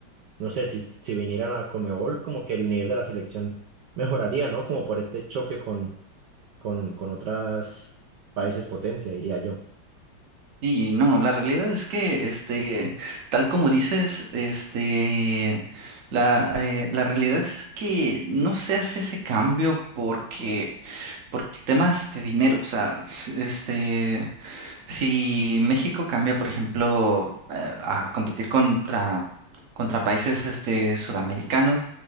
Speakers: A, on the right; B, on the right.
A: No sé si, si vinieran a Conmebol, como que el nivel de la selección mejoraría, ¿no? Como por este choque con, con, con otras países potencia, diría yo.
B: Y no, la realidad es que, este, tal como dices, este, la, eh, la realidad es que no se hace ese cambio porque, por temas de dinero, o sea, s- este, si México cambia, por ejemplo, eh, a competir contra, contra países, este, sudamericanos,